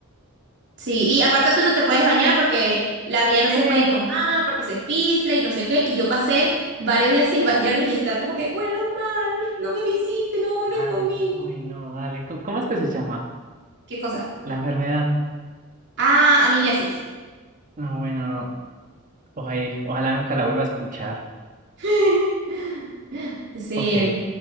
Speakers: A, on the right; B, on the right.
A: Sí, y aparte tú no te puedes bañar porque la vía no
B: ¿Qué?
A: se puede mojar, porque se filtra y no sé qué. Y yo pasé varios días sin bañarme y yo estaba como que, bueno, mal, no me visiten, no hablen
B: Dale,
A: conmigo.
B: uy, no, dale. Co- ¿Cómo es que se llama?
A: ¿Qué cosa?
B: La enfermedad.
A: Ah, amibiasis.
B: No, bueno, oye, ojalá nunca la vuelva a escuchar.
A: <laughs> Sí,
B: Ok,